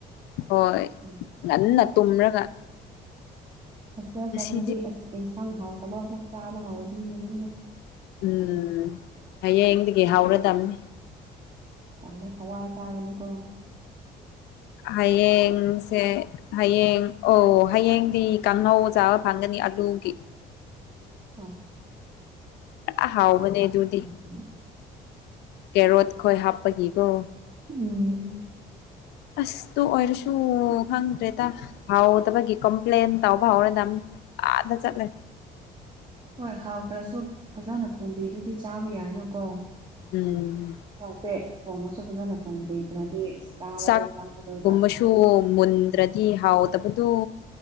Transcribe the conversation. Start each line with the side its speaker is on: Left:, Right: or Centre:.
Left: ꯍꯣꯏ
Right: ꯎꯝ
Left: ꯉꯟꯅ ꯇꯨꯝꯔꯒ
Right: ꯍꯣꯁꯇꯦꯜ
Left: ꯉꯁꯤꯗꯤ
Right: ꯆꯪꯉꯗꯤ ꯑꯁ ꯏꯟꯁꯥꯡ ꯍꯥꯎꯇꯕ ꯑꯃꯨꯛ ꯆꯥꯕ ꯍꯧꯔꯅꯤꯅꯦ ꯅꯪꯗꯣ
Left: ꯎꯝ ꯍꯌꯦꯡꯗꯒꯤ ꯍꯧꯔꯗꯝꯕꯅꯤ
Right: ꯇꯜꯂꯦ ꯍꯋꯥꯏ ꯆꯥꯒꯅꯤꯀꯣ
Left: ꯍꯥꯥꯌꯦꯡꯁꯦ ꯍꯌꯦꯡ ꯑꯣ ꯍꯌꯦꯡꯗꯤ ꯀꯥꯡꯉꯧ ꯆꯥꯕ ꯐꯪꯒꯅꯤ ꯑꯂꯨꯒꯤ
Right: ꯍꯣꯏ
Left: ꯑꯍꯥꯎꯕꯅꯦ ꯑꯗꯨꯗꯤ
Right: <unintelligible>
Left: ꯀꯦꯔꯣꯠ ꯈꯣꯏ ꯍꯥꯞꯄꯒꯤꯒꯣ
Right: ꯎꯝ
Left: ꯑꯁꯇꯣ ꯑꯣꯏꯔꯁꯨ ꯈꯪꯗ꯭ꯔꯦꯗ ꯍꯥꯎ ꯇꯕꯒꯤ ꯀꯝꯄ꯭ꯂꯦꯟ ꯇꯥꯎꯕꯥꯎꯗꯗ ꯆꯠꯂ
Right: ꯍꯣꯏ ꯍꯥꯎꯇ꯭ꯔꯁꯨ ꯐꯖꯅ ꯊꯣꯡꯕꯤꯔꯗꯤ ꯆꯥꯕ ꯌꯥꯏꯅꯀꯣ
Left: ꯎꯝ
Right: ꯊꯣꯡꯉꯁꯨ ꯐꯖꯅ ꯊꯣꯡꯕꯤꯗ꯭ꯔꯗꯤ ꯆꯥꯕꯗꯣ
Left: ꯆꯥꯛꯀꯨꯝꯕꯁꯨ
Right: ꯆꯪꯉꯔꯣꯏꯕ
Left: ꯃꯨꯟꯗ꯭ꯔꯗꯤ ꯍꯥꯎꯗꯕꯗꯨꯣ